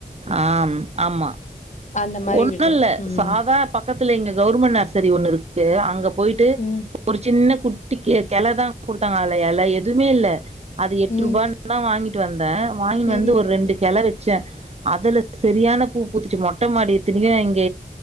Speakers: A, on the right; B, on the left.
A: ஆம் ஆமா
B: அந்த மாரி
A: ஒண்ணு
B: விடணு
A: இல்ல
B: ம்
A: சாதா பக்கத்துல இங்க கவுர்மெண்ட் நர்சரி ஒண்ணு இருக்கு அங்க போயிட்டு
B: ம்
A: ஒரு சின்ன குட்டி கெளதா குடுத்தாங்க அல இல எதுவுமே இல்ல அது எட்டு
B: ம்
A: ரூபான் ன வாங்கிட்டு வந்தே வாங்கின்னு
B: ம்
A: வந்து ஒரு ரெண்டு கெள வெச்சே அதல செரியான பூ பூத்துச்சு மொட்ட மாடி இத்தினுக்கு எங்க